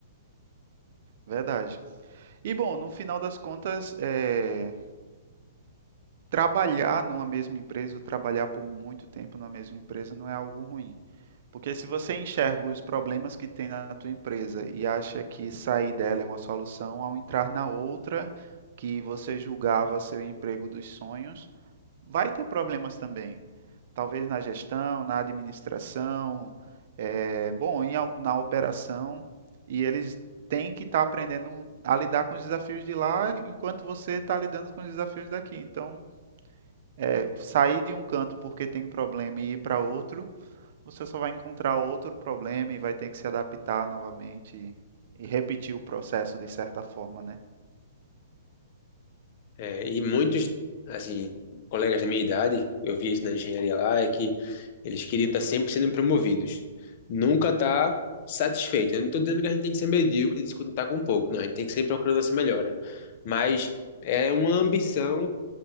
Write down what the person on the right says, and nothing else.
Verdade. E bom, no final das contas, eh, trabalhar numa mesma empresa, ou trabalhar por muito tempo numa mesma empresa não é algo ruim. Porque se você enxerga os problemas que tem na tua empresa e acha que sair dela é uma solução, ao entrar na outra que você julgava ser o emprego dos sonhos, vai ter problemas também. Talvez na gestão, na administração, eh, bom, em, na operação, e eles têm que estar aprendendo a lidar com os desafios de lá enquanto você está lidando com os desafios daqui. Então, eh, sair de um canto porque tem problema e ir para outro você só vai encontrar outro problema e vai ter que se adaptar novamente e, e repetir o processo de certa forma, né?